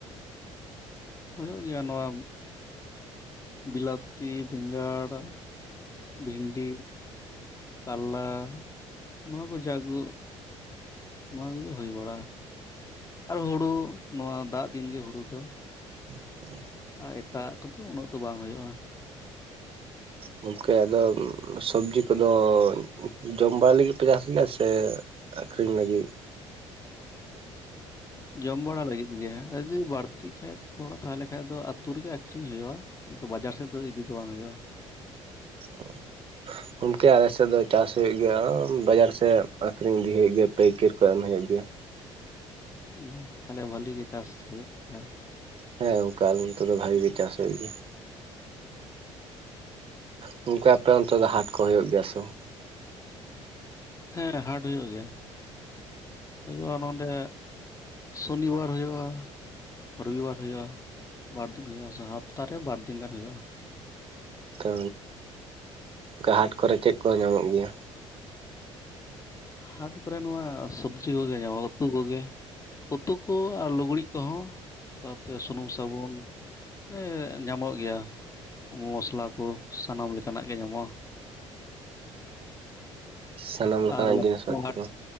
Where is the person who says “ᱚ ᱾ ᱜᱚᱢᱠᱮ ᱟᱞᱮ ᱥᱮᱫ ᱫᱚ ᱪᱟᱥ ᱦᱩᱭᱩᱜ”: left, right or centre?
Right